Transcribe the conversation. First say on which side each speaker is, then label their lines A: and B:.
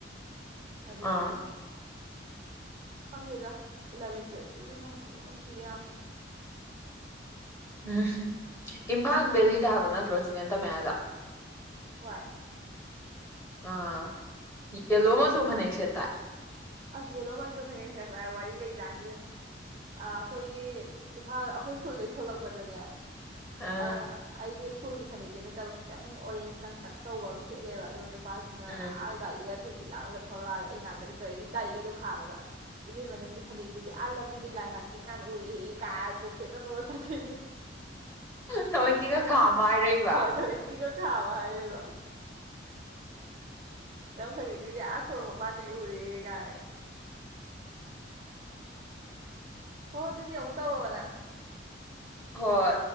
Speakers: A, on the right; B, on the left.
A: ꯑꯗꯨꯅ
B: ꯑꯥ
A: ꯑꯁ ꯈꯪꯗꯦꯗ ꯏꯂꯦꯚꯦꯟ ꯇꯨꯋꯦꯞꯁꯤꯁꯨ ꯅꯨꯡꯕꯨꯗꯤ ꯅꯨꯡꯁꯤ ꯌꯥꯝ
B: ꯎꯝ ꯏꯝꯐꯥꯜ ꯕꯦꯂꯤꯗ ꯍꯥꯏꯕ ꯅꯠꯇ꯭ꯔꯣ ꯆꯤꯆꯦ ꯇꯝꯃꯛꯑꯦ ꯍꯥꯏꯗꯣ
A: ꯍꯣꯏ
B: ꯑꯥ ꯌꯦꯜꯂꯣ ꯃꯆꯨ
A: ꯑ
B: ꯐꯅꯦꯛ ꯁꯦꯠꯇꯥꯏ
A: ꯑꯁ ꯌꯦꯂꯣ ꯃꯥꯁꯨ ꯐꯅꯦꯛ ꯁꯦꯠ ꯉꯥꯢ ꯋꯥꯔꯤ ꯂꯩ ꯖꯠꯅꯤ ꯏꯕꯦꯝꯃ ꯑ ꯑꯩꯈꯣꯏꯒꯤ ꯏꯝꯐꯥꯜ ꯑꯩꯈꯣꯏ ꯁ꯭ꯀꯨꯜꯗꯩ ꯊꯣꯛꯂꯛꯄꯗꯅꯦ
B: ꯑꯥ
A: ꯑꯗ ꯑꯩ ꯁ꯭ꯀꯨꯜꯒꯤ ꯐꯅꯦꯛꯇꯤ ꯅꯠꯇꯕ ꯈꯤꯇꯪ ꯑꯣꯔꯦꯟꯖ ꯇꯪꯇꯛ ꯇꯧꯕ ꯑꯃ ꯁꯦꯠꯂꯦꯕ ꯑꯗꯨꯒ ꯄꯁꯤꯅ
B: ꯎꯝ
A: ꯑ ꯒꯒꯥꯔꯤꯒ ꯊꯣꯏ ꯂꯥꯑꯂꯒ ꯊꯔꯛꯑꯒ ꯑꯩ ꯅꯥꯛꯇꯒ ꯇꯧꯔꯤꯒꯤ ꯒꯥꯔꯤꯒꯗꯣ ꯈꯥꯃꯒ ꯏꯕꯦꯝꯃꯕ ꯅꯪꯒꯤ ꯐꯅꯦꯛꯇꯨꯗꯤ ꯑꯥ ꯂꯝꯕꯤꯗꯤ ꯂꯥꯏ ꯉꯥꯛꯇ꯭꯭ꯔꯤꯛ ꯉ ꯎꯔꯤꯑꯦ ꯀꯥ ꯅꯨꯣꯛꯐꯦꯠꯀ ꯅꯣꯛꯑ ꯆꯠꯈꯤꯅꯦ
B: ꯊꯑꯣꯏꯀꯤꯒ ꯈꯥꯝꯃ ꯍꯥꯏꯔꯛꯏꯕ
A: ꯍꯣꯏ ꯑꯗꯨ ꯀꯤꯒ ꯊꯥꯕ ꯍꯥꯏꯔꯤꯕ ꯅꯪ ꯐꯅꯦꯛ ꯇꯨꯗꯤ ꯑꯥ ꯁꯣꯔꯛ ꯃ ꯄꯥꯟꯗꯤ ꯎꯔꯤꯌꯦ ꯀꯅꯒ ꯍꯣ ꯑꯗꯨꯗꯤ ꯑꯃꯨꯛ ꯇꯧꯔꯛꯑꯣꯅ
B: ꯍꯣꯏ